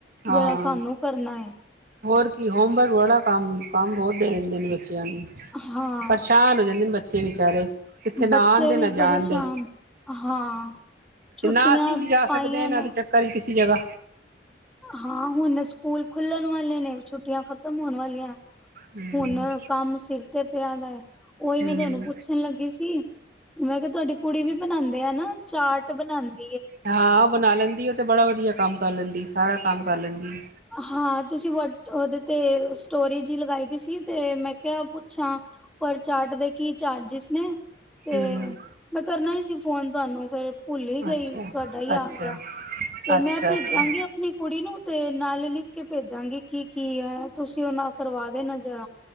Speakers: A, on the right; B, in the centre.
A: ਹਾਂ
B: ਜਿਹੜਾ ਸਾਨੂੰ ਕਰਨਾ ਹੈ
A: ਹੋਰ ਕੀ ਹੋਮਵਰਕ ਬੜਾ ਕੰਮ ਕੰਮ ਬਹੁਤ ਦੇ ਦੇ ਨੇ ਬੱਚਿਆਂ ਨੂੰ
B: ਹਾਂ
A: ਪਰੇਸ਼ਾਨ ਹੋ ਜਾਂਦੇ ਨੇ ਬੱਚੇ ਬੱਚੇ ਵਿਚਾਰੇ ਕਿੱਥੇ ਨਾ
B: ਬੱਚੇ
A: ਆਉਣ ਦੇ
B: ਵੀ
A: ਨਾ
B: ਪਰੇਸ਼ਾਨ
A: ਜਾਣ ਦੇ
B: ਹਾਂ ਛੁੱਟੀਆਂ
A: ਤੇ ਨਾ ਅਸੀਂ ਵੀ ਜਾ
B: ਪਾਈਆਂ
A: ਸਕਦੇ ਹਾਂ ਇਹਨਾਂ
B: ਨੇ
A: ਦੇ ਚੱਕਰ ਚ ਕਿਸੇ ਜਗ੍ਹਾ
B: ਹਾਂ ਹੁਣ ਸਕੂਲ ਖੁੱਲਣ ਵਾਲੇ ਨੇ ਛੁੱਟੀਆਂ ਖ਼ਤਮ ਹੋਣ ਵਾਲੀਆਂ
A: ਹਮ
B: ਹੁਣ ਕੰਮ ਸਿਰ ਤੇ ਪਿਆ ਦਾ ਓਹੀ
A: ਹਮ
B: ਮੈਂ ਤੁਹਾਨੂੰ ਪੁੱਛਣ ਲੱਗੀ ਸੀ। ਮੈਂ ਕਿਹਾ ਤੁਹਾਡੀ ਕੁੜੀ ਵੀ ਬਣਾਉਂਦੇ ਆ ਨਾ ਚਾਟ ਬਣਾਉਂਦੇ
A: ਹਾਂ ਉਹ ਬਣਾ ਲੈਂਦੀ ਉਹ ਤੇ ਬੜਾ ਵਧੀਆ ਕੰਮ ਕਰ ਲੈਂਦੀ ਸਾਰਾ ਕੰਮ ਕਰ ਲੈਂਦੀ
B: ਹਾਂ ਤੁਸੀਂ ਵ ਉਹਦੇ ਤੇ ਸਟੋਰੇਜ ਲਗਾਈ ਦੀ ਸੀ ਤੇ ਮੈਂ ਕਿਹਾ ਪੁੱਛਾਂ ਪਰ ਚਾਰਟ ਦੇ ਕੀ ਚਾਰਜਿਸ ਨੇ ਤੇ
A: ਹਮ
B: ਮੈਂ ਕਰਨਾ ਹੀ ਫੋਨ ਤੁਹਾਨੂੰ ਫੇਿਰ ਭੁੱਲ ਹੀ ਗਈ
A: ਅੱਛਾ
B: ਤੁਹਾਡਾ ਹੀ ਆ
A: ਅੱਛਾ
B: ਗਿਆ ਤੇ ਮੈਂ
A: ਅੱਛਾ
B: ਭੇਜਾਂਗੀ
A: ਅੱਛਾ
B: ਆਪਣੀ ਕੁੜੀ ਨੂੰ ਤੇ ਲਿਖ ਕੇ ਭੇਜਾਂਗੇ ਕੀ ਕੀ ਹੈ ਤੁਸੀਂ ਉਹਨਾਂ ਕਰਵਾ ਦੇ ਨਜ਼ਰ